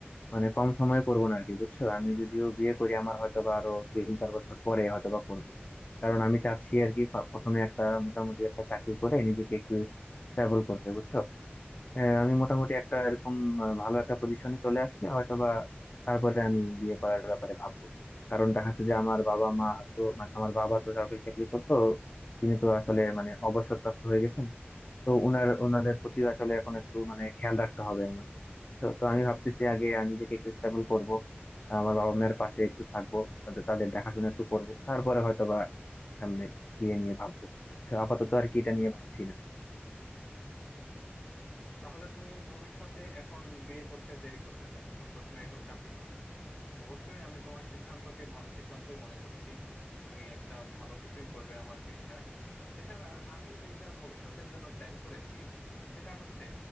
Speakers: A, on the left; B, on the left.
A: মানে কম সময়ে করবো না আর কি বুঝছো আমি যদিও বিয়ে করি আমার হয়তো বা আরো তিন চার বছর পরে হয়তো বা করবো কারণ আমি চাচ্ছি আর কি ফা- প্রথমে একটা মোটামুটি একটা চাকরি করে নিজেকে একটু স্টেবল করতে বুঝছো হ্যাঁ আমি মোটামুটি একটা এরকম আহ, ভালো একটা পজিশনে চলে আসলে হয়তোবা তারপরে আমি বিয়ে করার ব্যাপারে ভাববো কারণ দেখা যাচ্ছে যে আমার বাবা মা তো মানে আমার বাবা তো সরকারি চাকরি করতো তিনি তো আসলে মানে অবসরপ্রাপ্ত হয়ে গেছেন তো উনার ওনাদের প্রতি আসলে এখন একটু মানে খেয়াল রাখতে হবে আমার তো তো আমি ভাবতেছি আগে আমি নিজেকে একটু স্টেবল করব আমার বাবা মায়ের পাশে একটু থাকবো তাদের তাদের দেখাশোনা একটু করব তারপরে হয়তোবা সামনে বিয়ে নিয়ে ভাববো আচ্ছা আপাতত আর কি এটা নিয়ে ভাবছি না
B: তাহলে তুমি ভবিষ্যতে এখন বিয়ে করতে দেরি করতে চাচ্ছ প্রথমে এখন চাকরি করতে চাচ্ছ অবশ্যই আমি তোমার সিদ্ধান্তকে ভালো সিদ্ধান্তই মনে করছি তুমি একটা ভালো কিছুই করবে আমার বিশ্বাস এছাড়া আমি যেটা ভবিষ্যতের জন্য প্ল্যান করেছি সেটা হচ্ছে